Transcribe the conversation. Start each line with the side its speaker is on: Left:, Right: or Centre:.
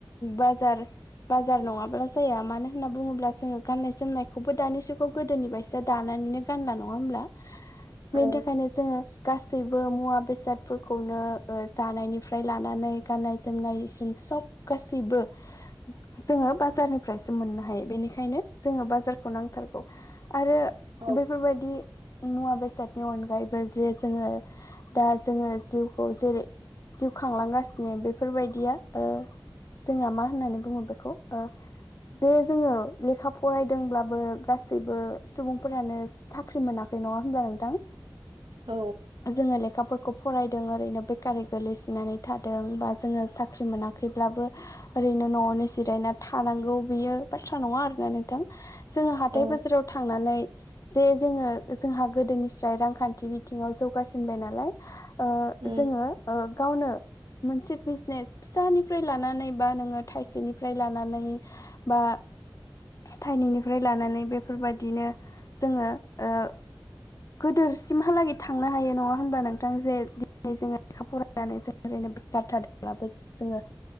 Left: बाजार। बाजार नङाब्ला जाया मानो होनना बुङोब्ला जोङो गाननाय- जोमनायखौबो दानि जुगाव। गोदोनि बायसा दानानैनो गानला नङा होमब्ला?
Right: औ
Left: बेनि थाखायनो जोङो गासैबो मुवा-बेसादफोरखौनो। ओ जानायनिफ्राय लानानै गाननाय-जोमनायसिम सब गासैबो। जोङो बाजारनिफ्रायसो मोननो हायो बेनिखायनो जोङो बाजारखौ नांथारग। आरो
Right: औ
Left: बेफोरबायदि। मुवा-बेसादनि अनगायैबो जे जोङो दा जोङो जिउखौ। जेरै जिउ खांलांगासिनो बेफोरबायदिया ओ। जोंना मा होननानै बुङो बेखौ ओ। जे जोङो लेखा फरायदोंब्लाबो गासैबो सुबुंफोरानो। साख्रि मोनाखै नङा होनब्ला नोंथां?
Right: औ
Left: जोङो लेखाफोरखौ फरायदों ओरैनो। बेकारै गोलैसोनानै थादों बा जोङो साख्रि मोनाखैब्लाबो। ओरैनो न'आवनो जिरायना थानांगौ बियो बाथ्रा नङा आरोना नोंथां। जोङो हाथाय-बाजाराव
Right: औ
Left: थांनानै। जे जोङो जोंहा गोदोनिस्राय रांखान्थि बिथिङाव जौगासिनबाय नालाय ओ।
Right: औ
Left: जोङो ओ गावनो। मोनसे बिजनेस फिसानिफ्राय लानानै बा नोङो थाइसेनिफ्राय लानानै। बा। थाइनैनिफ्राय लानानै बेफोरबायदिनो जोङो ओ। गोदोरसिमहालागि थांनो हायो नङा होनबा? नोंथां जे दि जोङो लेखा फरायनानै जों ओरैनो बेखार थादोंब्लाबो जोङो।